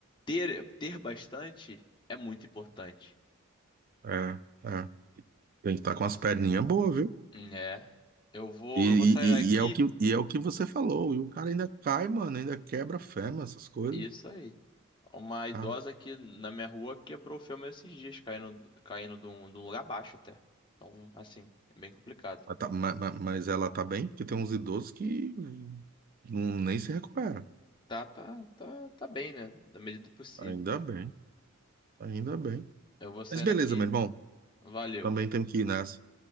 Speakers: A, on the left; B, on the right.
A: ter, ter bastante é muito importante.
B: é, é. Tem que estar com as perninhas boas, viu?
A: É. Eu vou,
B: E, e,
A: eu vou sair daqui.
B: e- e é o que, e é o que você falou. E o cara ainda cai, mano, ainda quebra fêmur, essas coisas.
A: Isso aí. Uma idosa
B: Tá?
A: aqui na minha rua quebrou o filme esses dias, caindo, caindo de um, de um lugar baixo até. Então, assim, é bem complicado.
B: Mas, tá- ma- ma- mas ela tá bem, porque tem uns idosos que não, nem se recupera.
A: Tá, tá, tá, tá bem, né? Da medida do possível.
B: Ainda bem, ainda bem.
A: Eu vou saindo
B: Mas beleza,
A: aqui.
B: meu irmão.
A: Valeu,
B: Também tenho que ir nessa.